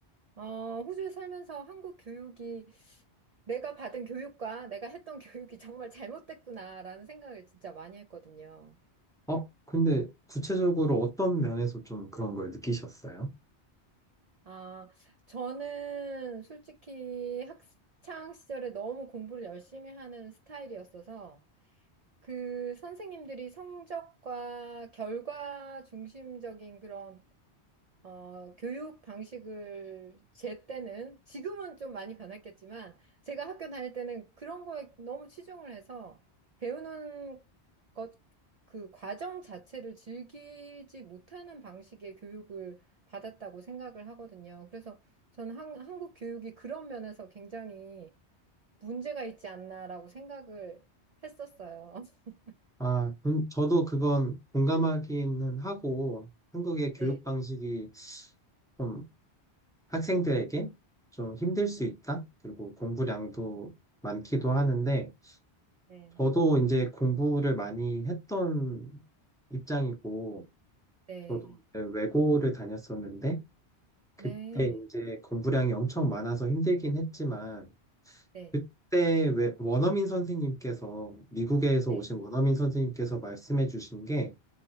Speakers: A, on the right; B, in the centre.
A: 어, 호주에 살면서 한국 교육이 내가 받은 교육과 내가 했던 <laughs> 교육이 정말 잘못됐구나라는 생각을 진짜 많이 했거든요.
B: 어, 근데 구체적으로 어떤 면에서 좀 그런 걸 느끼셨어요?
A: 아, 저는 솔직히 학창 시절에 너무 공부를 열심히 하는 스타일이었어서 그 선생님들이 성적과 결과 중심적인 그런 어, 교육 방식을 제 때는 지금은 좀 많이 변했겠지만 제가 학교 다닐 때는 그런 거에 너무 치중을 해서 배우는 것 그 과정 자체를 즐기지 못하는 방식의 교육을 받았다고 생각을 하거든요. 그래서 저는 한, 한국 교육이 그런 면에서 굉장히 문제가 있지 않나라고 생각을 했었어요. <laughs>
B: 아, 음, 저도 그건 공감하기는 하고 한국의 교육
A: 네.
B: 방식이 좀 학생들에게 좀 힘들 수
A: 네.
B: 있다. 그리고 공부량도 많기도 하는데,
A: 네.
B: 저도 이제 공부를 많이 했던 입장이고,
A: 네.
B: 저도 이제 외고를 다녔었는데, 그때
A: 네.
B: 이제 공부량이 엄청 많아서 힘들긴 했지만,
A: 네.
B: 그때 왜 원어민 선생님께서, 미국에서
A: 네.
B: 오신 원어민 선생님께서 말씀해 주신 게,